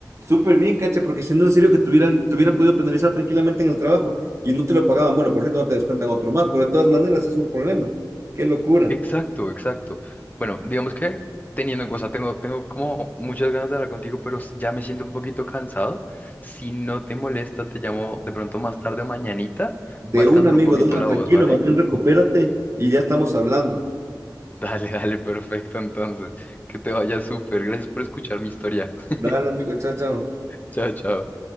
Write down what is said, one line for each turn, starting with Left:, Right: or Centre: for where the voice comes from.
Right: súper bien, cacha, porque si no, en serio que tuvieran, te hubieran podido penalizar tranquilamente en el trabajo y no te lo pagaban. Bueno, por cierto, no te descuentan otro más, pero de todas maneras es un problema. Qué locura.
Left: Exacto, exacto. Bueno, digamos que teniendo, o sea, tengo, tengo como muchas ganas de hablar contigo, pero s- ya me siento un poquito cansado. Si no te molesta, te llamo de pronto más tarde o mañanita. Voy
Right: De
Left: a descansar
Right: un amigo,
Left: un poquito
Right: de una,
Left: la
Right: tranquilo,
Left: voz, ¿vale?
Right: más bien recupérate y ya estamos hablando.
Left: <laughs> Dale, dale, perfecto. Entonces, que te vaya súper. Gracias por escuchar mi historia. <laughs>
Right: Dale, amigo, chao, chao.
Left: Chao, chao.